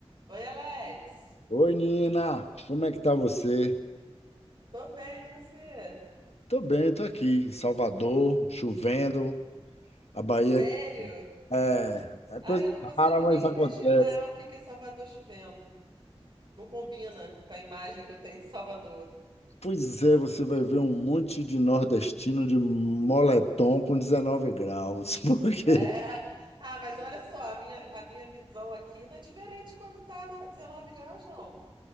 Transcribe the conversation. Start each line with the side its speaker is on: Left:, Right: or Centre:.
Right: Oi, Alex.
Left: Oi, Nina, como é que tá você?
Right: Tô bem, e você?
Left: Tô bem, tô aqui em Salvador, chovendo. A Bahia
Right: Sério?
Left: é, é
Right: Ah,
Left: coisa
Right: eu não consigo
Left: rara,
Right: nem
Left: mas acontece.
Right: imaginar o que que é Salvador chovendo. Não combina com a imagem que eu tenho de Salvador.
Left: Pois é, você vai ver um monte de nordestino de moletom com 19 graus, <laughs> porque
Right: É. <laughs> Ah, mas olha só, a minha, a minha visão aqui não é diferente quando tá no- 19 graus, não.